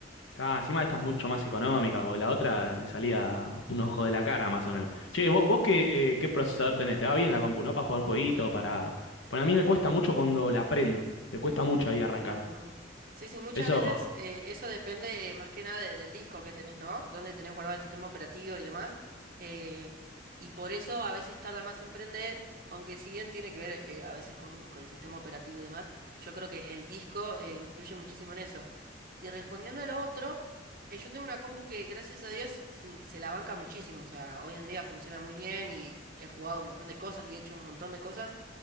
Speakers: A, on the left (about 85°); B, on the right (about 50°).
A: Claro, encima esta es mucho más económica, porque la otra me salía un ojo de la cara más o menos.
B: Sí.
A: Che, vos, vos qué, eh, qué procesador tenés, te va bien la compu, ¿no? Para jugar jueguitos, para... Bueno, a mí me cuesta mucho cuando la prendo, le cuesta mucho ahí arrancar.
B: Ujú. Sí, sí, muchas
A: Eso,
B: veces eh, eso depende eh, más que nada de- del disco que tenés, ¿no? Donde tenés guardado el sistema operativo y demás. eh, y por eso a veces tarda más en prender, aunque si bien tiene que ver eh, a veces con, con el sistema operativo y demás, yo creo que el disco eh, influye muchísimo en eso. Y respondiendo a lo otro, eh, yo tengo una compu que gracias a Dios se, se la banca muchísimo. O sea, hoy en día funciona muy bien y he jugado un montón de cosas y he hecho un montón de cosas